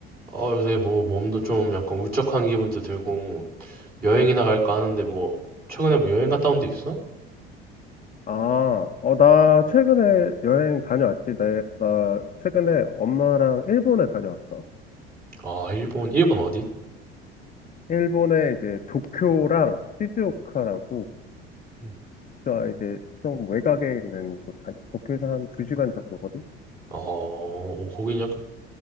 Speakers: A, on the right (about 30°); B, on the left (about 25°).
A: 어, 요새 뭐 몸도 좀 약간 울적한 기분도 들고 여행이나 갈까 하는데 뭐 최근에 뭐 여행 갔다 온 데 있어?
B: 아, 어, 나 최근에 여행 다녀왔지. 나, 나 최근에 엄마랑 일본에 다녀왔어.
A: 아, 일본, 일본 어디?
B: 일본에 이제 도쿄랑 시즈오카라고,
A: 음.
B: 도쿄가 이제 좀 외곽에 있는 곳 다녀. 도쿄에서 한 두시간 정도 거리?
A: 어, 어, 거긴 약간